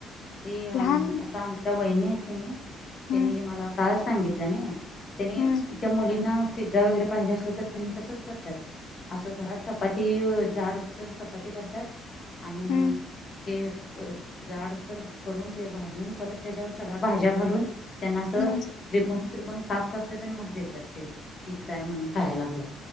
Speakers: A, on the left (about 30°); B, on the left (about 60°).
A: ती अम्म
B: लहान
A: आता आमच्या वहिणी हेत की नी त्यानी
B: हम्म
A: मला काळच. <unintelligible> सांगितलं नाही त्यानी
B: हम्म
A: त्या मुलींना पिझ्झा वगैरे पाहिजे असलं तर त्यांनी तसच करतात. असं घरात चपाती व झाडसर चपाती करतात आणि
B: हम्म
A: ते होय झाड सर करून ते भाजून परत त्याज्यावर सगळ्या भाज्या घालून त्यांना आसं
B: हम्म
A: त्रिकोणी त्रिकोणी काप करतात. आणि मग देतात ते पिझ्झा आहे. म्हणून खायला आपला.